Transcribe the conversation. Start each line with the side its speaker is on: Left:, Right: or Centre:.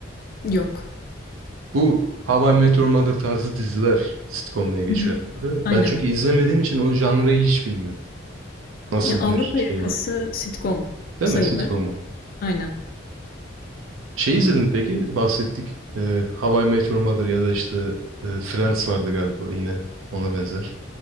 Left: Yok.
Right: Bu How I Met Your Mother tarzı diziler sitcom diye geçiyor
Left: Hı hı.
Right: herhalde.
Left: Aynen.
Right: Ben çünkü izlemediğim için o janrayı hiç bilmiyorum. Nasıl
Left: Ya Avrupa
Right: bir
Left: Yakası
Right: şey var.
Left: sitcom
Right: Değil
Left: sayılır.
Right: mi sitcomu?
Left: Aynen.
Right: Şey izledin peki bahsettik. Ee, How I Met Your Mother ya da işte e, Friends vardı galiba yine ona benzer.